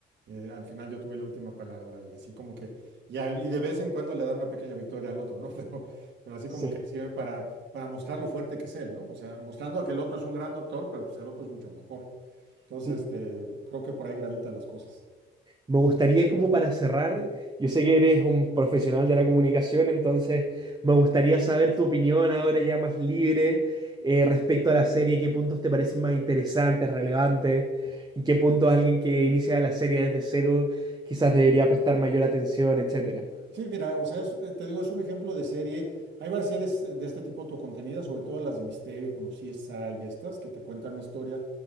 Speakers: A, on the right (about 65°); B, on the right (about 20°).
A: Eh, al final yo tuve la última palabra y así como que, y, al- y de vez en cuando le dan una pequeña victoria al otro, ¿no? <laughs> Pero, pero así
B: sí,
A: como que sirve para, para mostrar lo fuerte que es él, ¿no? O sea, mostrando que el otro es un gran doctor, pero pues el otro es mucho mejor. Entonces,
B: sí.
A: este, creo que por ahí gravitan las cosas.
B: Me gustaría como para cerrar, yo sé que eres un profesional de la comunicación, entonces me gustaría saber tu opinión ahora ya más libre eh, respecto a la serie, qué puntos te parecen más interesantes, relevantes, en qué puntos alguien que inicia la serie desde cero quizás debería prestar mayor atención, etcétera.
A: Sí, mira, o sea, es- eh, te digo, es un ejemplo de serie. Hay varias series eh, de este tipo autocontenidas, sobre todo las de misterio, como CSI y estas, que te cuentan una historia,